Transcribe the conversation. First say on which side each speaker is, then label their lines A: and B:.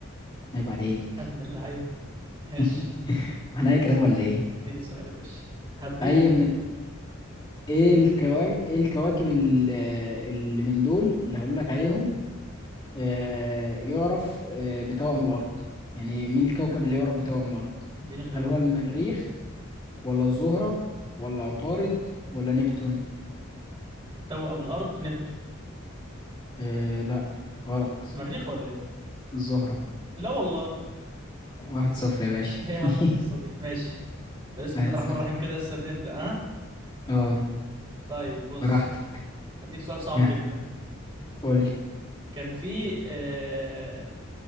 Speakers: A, on the left; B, on the right.
A: عيب عليك
B: <laughs> يا ابن اللعيب <laughs>
A: <laughs>
B: ماشي
A: احنا
B: اديني
A: اي كلام
B: سؤال
A: ولا ايه
B: اديني سؤال يا باشا هبيت
A: اي من ايه الكواكب ايه الكواكب ال- اللي من دول اللي هقول لك عليهم آه يعرف آه بتوأم الارض يعني مين الكوكب اللي يعرف بتوأم الارض
B: اديني خيارات
A: هل هو المريخ ولا الزهرة ولا عطارد ولا نبتون
B: توأم الارض نبتون
A: آه لا غلط
B: مريخ ولا إيه؟
A: الزهرة
B: لا والله
A: واحد صفر يا باشا
B: <laughs> هي اهم القصه
A: <laughs>
B: دي ماشي ده بسم
A: واحد
B: الله الرحمن
A: صفر
B: الرحيم كده لسه بنبدا ها
A: اه
B: طيب بص
A: براحتك
B: هديك سؤال صعب
A: ها
B: جدا
A: قولي
B: كان في آه